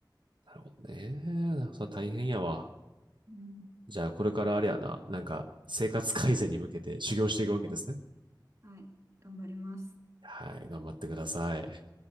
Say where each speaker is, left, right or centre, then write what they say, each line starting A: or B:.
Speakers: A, on the right (about 85°); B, on the right (about 35°).
A: なるほどね。それ大変やわ。
B: うん。
A: じゃあこれからあれやな、なんか生活改善に向けて修行していくわけですね。
B: はい。頑張ります。
A: はい、頑張ってください。